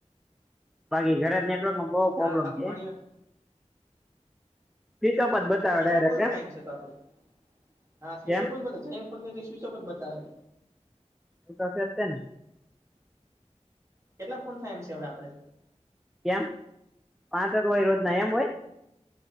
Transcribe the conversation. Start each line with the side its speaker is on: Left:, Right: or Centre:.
Centre: બાકી ઘરે તો નેટવર્કનો બોવ
Right: હા
Centre: પ્રોબ્લેમ
Right: બાકી
Centre: છે.
Right: ઘણી વાર
Centre: સ્વીચઓફ જ બતાવે
Right: કેટલા
Centre: ડાયરેક્ટ
Right: કોલ
Centre: એમ?
Right: થાય છે તો આપડે હા સ્વિચઓફ
Centre: કેમ
Right: જ બતાવે જહીં એ ફોન કર્યો તઈ સ્વિચૉફ જ બતાવે.
Centre: એ તો છે જ તેને.
Right: કેટલા ફોન થાય એમ છે હવે આપડે?
Centre: કેમ? પાંચ જ હોય રોજના એમ હોય?